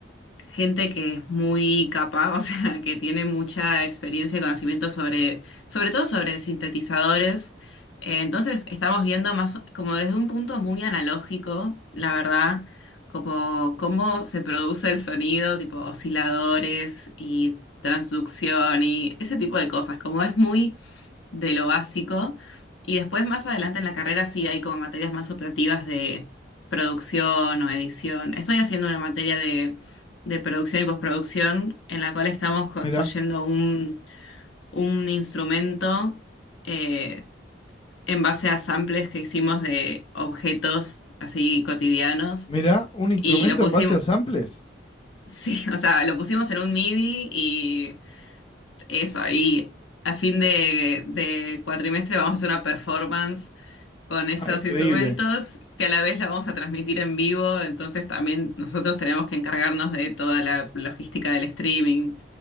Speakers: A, on the left (about 80°); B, on the left (about 25°).
A: gente que es muy capaz, <laughs> o sea, que tiene mucha experiencia y conocimiento sobre, sobre todo sobre sintetizadores. Eh, entonces, estamos viendo más como desde un punto muy analógico, la verdad, como cómo se produce el sonido, tipo osciladores y transducción y ese tipo de cosas, como es muy de lo básico. Y después, más adelante en la carrera, sí hay como materias más optativas de producción o edición. Estoy haciendo una materia de, de producción y postproducción en la cual estamos construyendo
B: Mirá,
A: un, un instrumento eh, en base a samples que hicimos de objetos así cotidianos.
B: mirá, un instrumento
A: Y lo pusimos,
B: en base a samples.
A: <laughs> sí, o sea, lo pusimos en un MIDI y eso, y a fin de, de cuatrimestre vamos a hacer una performance con esos
B: Ah, increíble.
A: instrumentos que a la vez la vamos a transmitir en vivo, entonces también nosotros tenemos que encargarnos de toda la logística del streaming